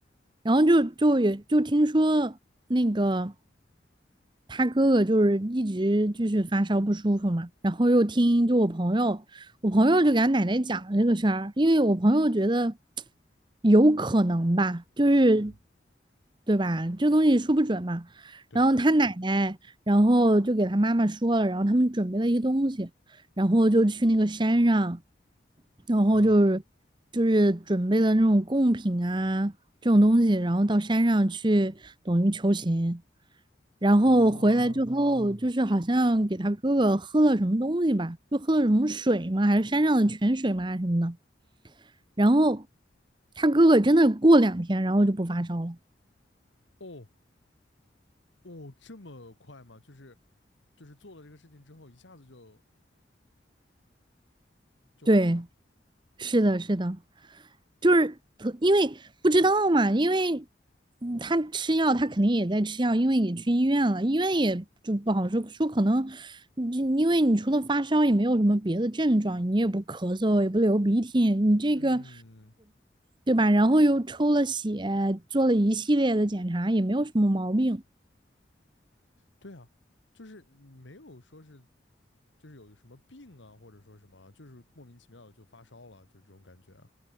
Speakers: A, on the right; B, on the left.
A: 然后就就也就听说那个他哥哥就是一直就是发烧不舒服嘛，然后又听就我朋友，我朋友就给他奶奶讲了这个事儿，因为我朋友觉得有可能吧，就是
B: 嗯。
A: 对吧？这东西说不准嘛。
B: 对
A: 然后他奶奶，然后就给他妈妈说了，然后他们准备了一些东西，然后就去那个山上，然后就是就是准备了那种贡品啊这种东西，
B: 啊
A: 然后到山上去等于求情。然后回来之后，
B: 啊
A: 就是好像给他哥哥喝了什么东西吧，就喝了什么水嘛，还是山上的泉水嘛还是什么的？然后他哥哥真的过两天，然后就不发烧了。
B: 哦哦，这么快吗？就是就是做了这个事情之后，一下子就就好了。
A: 对，是的，是的，就是特因为不知道嘛，因为嗯他吃药，他肯定也在吃药，因为也去医院了，医院也就不好说，说可能你因为你除了发烧也没有什么别的症状，你也不咳嗽，也不流鼻涕，你这个
B: 嗯，
A: 对吧？然后又抽了血，做了一系列的检查，也没有什么毛病。
B: 对啊，就是没有说是就是有什么病啊，或者说什么啊，就是莫名其妙的就发烧了，就是这种感觉啊。